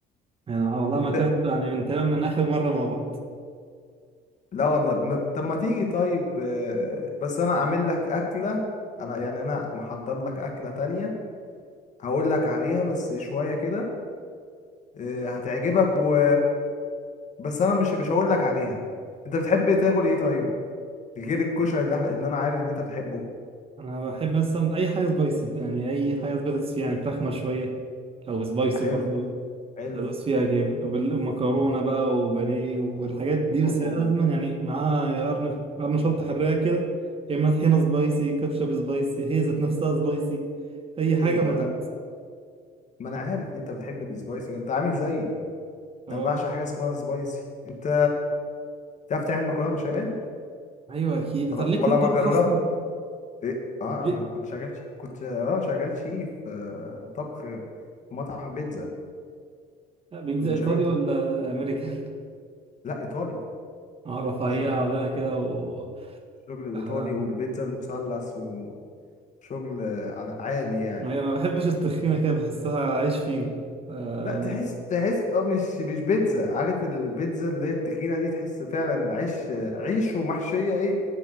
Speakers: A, on the right (about 35°); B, on the left (about 45°).
A: انا والله
B: انت
A: ما كانت يعني من تمام من اخر مره مع بعض
B: لا والله ما... طب ما تيجي طيب آه، بس انا اعمل لك اكله انا يعني انا محضر لك اكله تانية هقول لك عليها بس شويه كده آه، هتعجبك و بس انا مش مش هقول لك عليها انت بتحب تاكل ايه طيب غير الكشري اللي احنا اللي انا عارف اللي انت بتحبه
A: انا بحب مثلا اي حاجه سبايسي يعني اي حاجه سبايسي يعني فراخ مشويه لو سبايسي
B: حلو
A: برضه
B: خلاص بقى حلو
A: هدوس فيها جامد ومكرونه بقى وبانيه والحاجات دي بس
B: أوه. حلو
A: لازما يعني معاها يا قرن قرن شطه حراقه كده يا اما طحينه سبايسي كاتشب سبايسي هي ذات نفسها سبايسي اي حاجه
B: ايوه
A: وهدوس
B: ما... ما انا عارف ان انت بتحب السبايسي وانت عامل زيي
A: اه
B: انا بعشق حاجه اسمها سبايسي انت تعرف تعمل مكرونه بشاميل
A: ايوه اكيد
B: ولا
A: طب ليك
B: <laughs> ولا
A: في الطبخ
B: ما جربت
A: اصلا
B: إيه؟ اه
A: ليه؟
B: انا كنت شغال ش- كنت اه شغال شيف آه، طبخ في مطعم بيتزا
A: لا، بيتزا
B: كنا
A: ايطالي
B: شغالين
A: ولا امريكان
B: لا ايطالي
A: اعرف اعيها
B: شغل
A: <laughs> بقى كده و...
B: الشغل الايطالي
A: آه.
B: والبيتزا المثلث و... شغل على عالي يعني
A: أيوة، انا ما بحبش التخينه كده بحسها عيش فينو آه.
B: لا تحس تحس اه مش مش بيتزا عارف البيتزا اللي هي التخينة دي تحس فعلا عيش عيش ومحشية ايه